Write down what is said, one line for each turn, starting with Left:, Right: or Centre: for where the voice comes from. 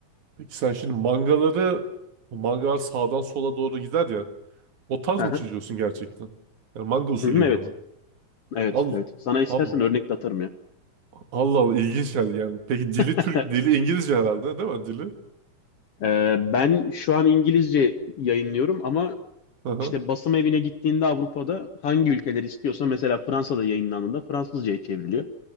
Right: Peki sen şimdi mangaları, bu mangalar sağdan sola doğru gider ya. O tarz
Left: Hı
Right: mı
Left: hı.
Right: çiziyorsun gerçekten? Yani manga usulüyle
Left: Hı hı, evet.
Right: mi?
Left: Evet,
Right: Al,
Left: evet. Sana istersen
Right: al.
Left: örnek de atarım ya.
Right: Allah Allah ilginç geldi yani. Peki dili
Left: <laughs>
Right: Türk, dili İngilizce herhalde değil mi dili?
Left: Ee, ben şu an İngilizce yayınlıyorum ama
Right: Hı hı.
Left: işte basım evine gittiğinde Avrupa'da hangi ülkeler istiyorsa mesela Fransa'da yayınlandığında Fransızca'ya çevriliyor.